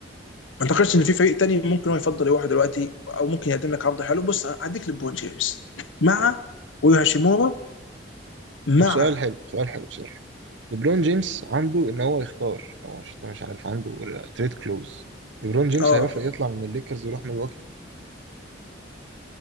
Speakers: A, on the left; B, on the right.
A: ما اعتقدش ان في فريق تاني ممكن هو يفضل يروح دلوقتي او ممكن يقدم لك عرض حلو بص هديك لبون جيمس مع ويوهاشيمورا مع
B: طب سؤال حلو سؤال حلو سؤال حلو ليبرون جيمس عنده ان هو يختار لو مش انت مش عارف عنده تريد كلوز ليبرون جيمس
A: اه
B: هيوافق يطلع من الليكرز يروح ميلواكي